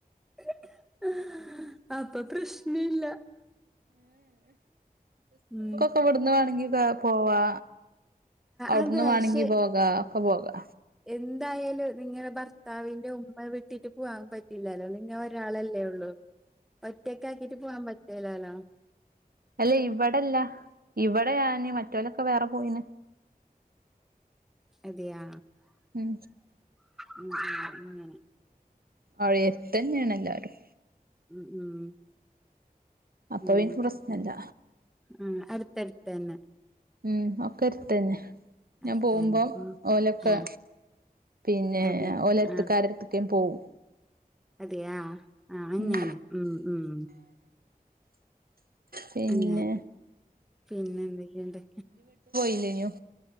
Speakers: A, in the centre; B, on the right (about 80°).
A: <unintelligible> അപ്പൊ പ്രശ്നല്ല ഉം
B: ഇപ്പ ഇവട്ന്ന് വാണെങ്കി കേ പോവാ അവിടുന്ന്
A: അതെ
B: മാണെങ്കി
A: ശെ
B: പോകാ ഒക്കെ പോകാ
A: എന്തായാലും നിങ്ങളെ ഭർത്താവിന്റെ ഉമ്മ വിട്ടിട്ട് പോവാൻ പറ്റില്ലല്ലോ നിങ്ങ ഒരാളല്ലേ ഒള്ളൂ ഒറ്റക്കാക്കിട്ട് പോവാൻ പറ്റൂലാല്ലോ
B: അല്ലേ ഇവിടെല്ല ഇവിടെ ഞാന് മറ്റോലൊക്കെ വേറെ പോയിന്
A: അതെയാ
B: ഉം
A: ഉം ഉം അങ്ങനെ
B: അവ്ടെ എട്ത്തെന്നാണ് എല്ലാരും
A: ഉം ഉം
B: അപ്പൊ
A: ഉം
B: പിന്നെ പ്രശ്നല്ല
A: ആഹ് അട്ത്തട്ത്തെന്നെ
B: ഉം ഒക്കെര്ത്തെന്നെ
A: അടുത്തന്നെ
B: ഞാൻ പോവുമ്പം
A: ഉം
B: ഓലൊക്കെ
A: ഉം
B: പിന്നെ
A: അതെയ
B: ഓലര്ത്ത്ക്ക്
A: ആഹ്
B: ആരെട്ത്ത്ക്കെ പോവും
A: അതെയാ ആഹ് അങ്ങനെ
B: ഉം
A: ഉം ഉം
B: പിന്നെ
A: അങ്ങെ പിന്നെ എന്തൊക്കെയുണ്ട്
B: ഇല്ല്യയോ